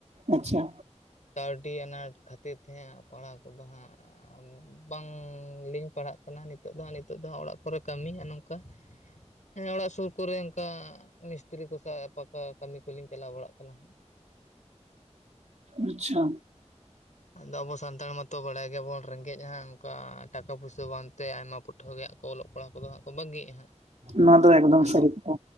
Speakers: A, on the right; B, on the left.
A: ᱟᱪᱪᱷᱟ
B: ᱠᱟᱹᱣᱰᱤ ᱟᱱᱟᱴ ᱠᱷᱟᱹᱛᱤᱨ ᱛᱮ ᱦᱟᱸᱜ ᱯᱟᱲᱦᱟᱣ ᱠᱚᱫᱚ ᱦᱟᱸᱜ, ᱵᱟᱝᱞᱤᱞᱤᱧ ᱯᱟᱲᱦᱟᱜ ᱠᱟᱱᱟ ᱱᱤᱛᱚᱜ ᱫᱚ ᱦᱟᱸᱜ ᱱᱤᱛᱚᱜ ᱫᱚ ᱦᱟᱸᱜ ᱚᱲᱟᱜ ᱠᱚᱨᱮ ᱠᱟᱹᱢᱤ ᱟ ᱱᱚᱝᱠᱟ᱾ ᱦᱮᱸ ᱚᱲᱟᱜ ᱥᱩᱨ ᱠᱚᱨᱮ ᱚᱱᱠᱟ ᱢᱤᱥᱛᱨᱤ ᱠᱚ ᱥᱟᱶ ᱯᱟᱷᱟᱠᱟ ᱠᱟᱹᱢᱤ ᱠᱚᱞᱤᱧ ᱪᱟᱞᱟᱣ ᱵᱟᱲᱟᱜ ᱠᱟᱱᱟ ᱦᱟᱸᱜ᱾
A: ᱟᱪᱪᱷᱟ
B: ᱟᱫᱚ ᱟᱵᱚ ᱥᱟᱱᱛᱟᱲ ᱢᱟᱛᱚ ᱵᱟᱲᱟᱭ ᱜᱮᱭᱟᱵᱚᱱ ᱨᱮᱸᱜᱮᱡᱼᱟ ᱚᱱᱠᱟ ᱴᱟᱠᱟ ᱯᱩᱭᱥᱟᱹ ᱵᱟᱝᱛᱮ ᱟᱭᱢᱟ ᱯᱴᱷᱟᱹ ᱜᱮ ᱦ ᱠᱚ ᱚᱞᱚᱜ ᱯᱦᱟᱜ ᱠᱚᱫᱚ ᱦᱟᱸᱜ ᱠᱚ ᱵᱟᱹᱜᱤᱮᱜᱼᱟ ᱦᱟᱸᱜ᱾
A: ᱱᱚᱣᱟ ᱫᱚ ᱮᱠᱫᱚᱢ
B: ᱟᱫᱚ
A: ᱥᱟᱹᱨᱤ ᱠᱟᱛᱷᱟ᱾